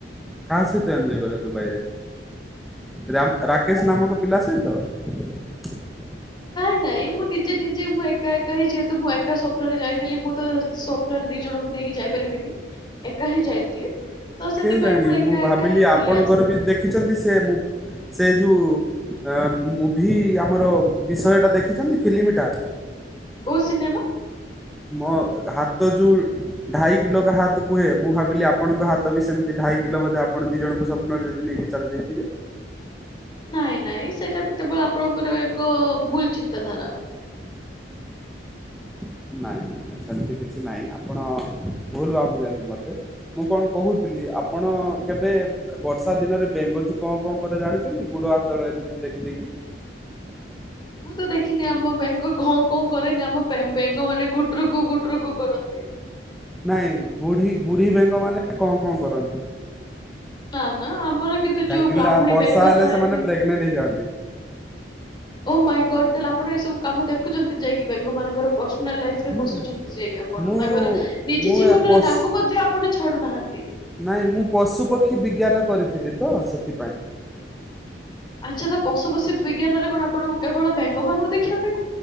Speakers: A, in the centre; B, on the left (about 25°).
A: କାହା ସହିତ ଏନଜୟ କଲେ ଦୁବାଇରେ ରାମ୍ ରାକେଶ
B: ମୁଁ
A: ନାମକ ପିଲା ସହିତ? <unintelligible>
B: ନାଇଁ ନାଇଁ ମୁଁ ନିଜେ ନିଜେ ମୁଁ ଏକା ଏକା ହିଁ ଯେହେତୁ ମୁଁ ଏକା ସ୍ୱପ୍ନରେ ଯାଇଥିଲି ମୁଁ ତ ସ୍ୱପ୍ନରେ ଦି ଜଣଙ୍କୁ ନେଇକି ଯାଇପାରିବିନି ଏକା ହିଁ ଯାଇଥିଲି। ତ ସେଥିପାଇଁ
A: କେଏ ଜାଣି
B: ଏକା
A: ମୁଁ ଭାବିଲି
B: ଏକା ହିଁ
A: ଆପଣଙ୍କର
B: ବୁଲି ଆସିଲି।
A: ବି ଦେଖିଛନ୍ତି ସେ ମୁଁ ସେ ଯୁ ଆ ମୁଭି ଆମର ବିଷୟଟା ଦେଖିଛନ୍ତି ଫିଲ୍ମଟା?
B: କୋଉ ସିନେମା?
A: ମୋ ହାତ ଯୋଉ ଢାଇ କିଲ ଗା ହାତ କୁହେ ମୁଁ ଭାବିଲି ଆପଣଙ୍କ ହାତ ବି ସେମିତି ଢ଼ାଇ କିଲୋ ବୋଧେ ଆପଣ ଦି ଜଣଙ୍କୁ ସ୍ୱପ୍ନରେ ଯଦି ନେଇକି ଚାଲିଯାଇଥିବେ?
B: ନାଇଁ ନାଇଁ ସେଇଟା କେବଳ ଆପଣଙ୍କର ଏକ ଭୁଲ ଚିନ୍ତାଧାରା।
A: ନାଇଁ ନାଇଁ ନାଇଁ ସେମତି କିଛି ନାଇଁ ଆପଣ ଭୁଲ ଭାବୁଛନ୍ତି ମତେ ମୁଁ କଣ କହୁଛି ଥିଲି ଆପଣ କେବେ? ବର୍ଷା ଦିନରେ ବେଙ୍ଗଜୁ କଣ କଣ କରେ ଜାଣିଛନ୍ତି ଗୁଡ ହାତ ଏମିତି ଟେକି ଦେଇକି
B: ମୁଁ ତ ଦେଖିନି ଆମ ବେଙ୍ଗଲ କଣ କଣ କରେନି ଆମ ବେଙ୍ଗ ମାନେ ଗୁଟରୁକୁ ଗୁଟରୁୁକୁ କରନ୍ତି।
A: ନାଇଁ ବୁଢୀ ବୁଢୀ ବେଙ୍ଗ ମାନେ କଣ କଣ କରନ୍ତି।
B: ନା ନା ଆମର କିନ୍ତୁ
A: କାହିଁକ
B: ଯୋଉ ବ୍ରାହ୍ମଣୀ
A: ନା ବର୍ଷା
B: ବେଙ୍ଗ
A: ହେଲେ
B: ଥାଆନ୍ତି
A: ସେମାନେ ପ୍ରେଗନେଣ୍ଟ ହେଇଯାଆନ୍ତି।
B: ଓ ମାଇଁ ଗଡ ତାହେଲେ ଆପଣ ଏ ସବୁ କାମ ଦେଖୁଛନ୍ତି ଯାଇକି? ବେଙ୍ଗ ମାନଙ୍କର ପର୍ସନାଲ ଲାଇଫରେ ପସୁଛନ୍ତି
A: ନାଇଁ,
B: ଯାଇକି ଆପଣ
A: ମୁଁ
B: ନା କହିଲ ନିଜ
A: ମୁଁ
B: ଜୀବନରେ
A: ଏ ପୋଷ
B: ତାଙ୍କୁ ମଧ୍ୟ ଆପଣ? ଚାହାଡୁ ନାହାଁନ୍ତି।
A: ନାଇଁ ମୁଁ ପଶୁପକ୍ଷୀ ବିଜ୍ଞାନ କରିଥିଲି ତ ସେଥିପାଇଁ।
B: ଆଚ୍ଛା ତ ପଶୁ ପଶୀ ବିଜ୍ଞାନରେ କଣ ଆପଣଙ୍କୁ କେବଳ ବେଙ୍ଗ ମାନଙ୍କୁ ଦେଖିବା ପାଇଁ ମିଳେ?